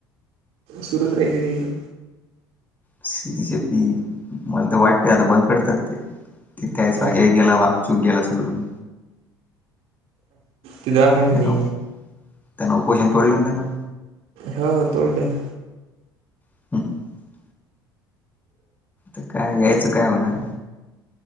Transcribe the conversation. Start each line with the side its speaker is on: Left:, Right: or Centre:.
Right: सुरूच राहिते त्यायच.
Left: सीचे पी मला ते वाटते, आता बंद करत्यात ते. ते कायच
Right: का
Left: हे गेला वाग चूक गेला सोडून.
Right: तो दवाखान्यात
Left: त्यांना
Right: ये.
Left: त्यांना उपोषण तोडलं ना त्यांन.
Right: हो तोडलं.
Left: <inaudible> काय यायचं काय होणार?